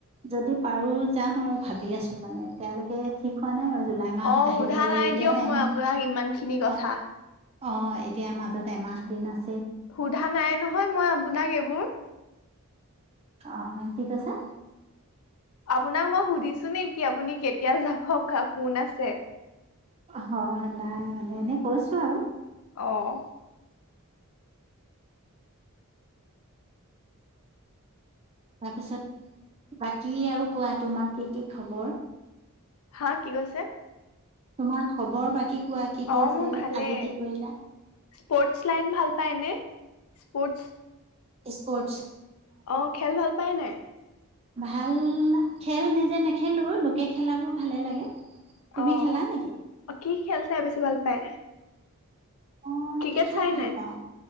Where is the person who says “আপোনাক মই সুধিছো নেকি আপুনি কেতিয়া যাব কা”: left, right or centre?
Left